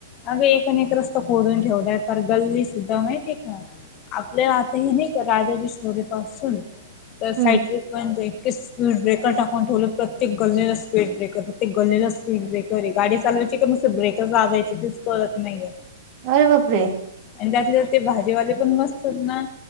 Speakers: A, on the left; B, on the right.
A: अग एकण एक रस्त खोडून ठेवलाय तर गल्ली सुद्धा माहती आहे का आपल्या आता हे नाही का राजाजी शोरे पाासून तर साट
B: हम्म
A: पणच स्पीड ब्रेक टाकून ठेवलं प्रत्येक गल्लीला स्पीड ब्रेकर प्रत्येक स्पीड ब्रेकर आहे गाडी चालवायची का नुसते ब्रेक वागायच तेच कळतनाहीे
B: अरे बापरे
A: आणि त्यातले ते भाजीवाले. पण बसतात ना